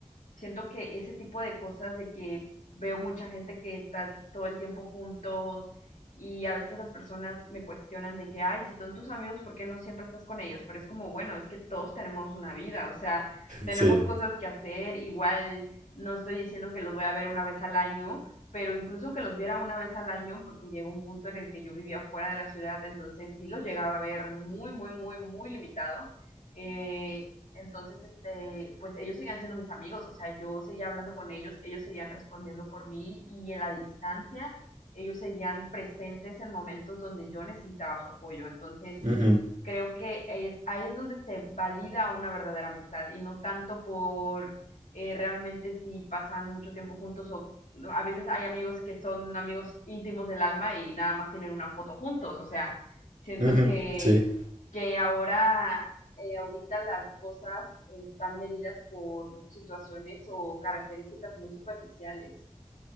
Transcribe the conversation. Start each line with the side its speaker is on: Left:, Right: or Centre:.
Left: siento que ese tipo de cosas de que veo mucha gente que está todo el tiempo juntos y a veces las personas me cuestionan de que, ay, si son tus amigos, ¿por qué no siempre estás con ellos? Pero es como, bueno, es que todos tenemos una vida, o sea, tenemos
Right: Sí,
Left: cosas que hacer, igual no estoy diciendo que los voy a ver una vez al año pero incluso aunque los viera una vez al año, porque llegó un punto en el que yo vivía fuera de la ciudad, entonces sí los llegaba a ver muy, muy, muy, muy limitado. Eh, entonces, este, pues ellos seguían siendo mis amigos, o sea, yo seguía hablando con ellos, ellos seguían respondiendo por mí y en la distancia ellos seguían presentes en momentos donde yo necesitaba su apoyo. Entonces,
Right: ujú,
Left: creo que es, ahí es donde se valida una verdadera amistad y no tanto por eh, realmente si pasan mucho tiempo juntos o no, a veces hay amigos que son amigos íntimos del alma y nada más tienen una foto juntos, o sea, siento
Right: ujú,
Left: que,
Right: sí,
Left: que ahora, eh, ahorita las cosas están medidas por situaciones o características muy superficiales.